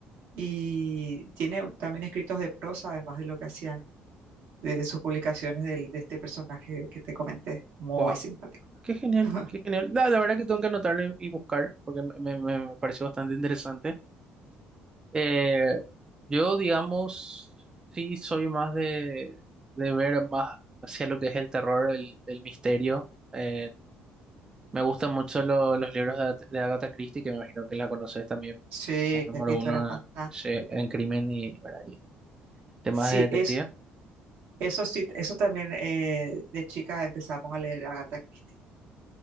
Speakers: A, on the right; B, on the right.
A: y tiene también escritos de prosa, además de lo que hacían de, de sus publicaciones del- de, este personaje que te comenté, muy
B: Wow.
A: simpático.
B: Qué genial,
A: <laughs>
B: qué genial. La, la verdad que tengo que anotarle y buscar porque me, me- me pareció bastante interesante. Eh, yo, digamos, sí soy más de, de ver más hacia lo que es el terror, el, el misterio. Eh, me gustan mucho lo- los libros de, At- de Agatha Christie, que me imagino que la conoces también.
A: Sí,
B: La número
A: que esto
B: uno
A: era fantástico.
B: sí, en crimen y, ¿verdad? y temas
A: Sí,
B: de detective.
A: es, eso sí, eso también eh, de chica empezamos a leer a Agatha Christie.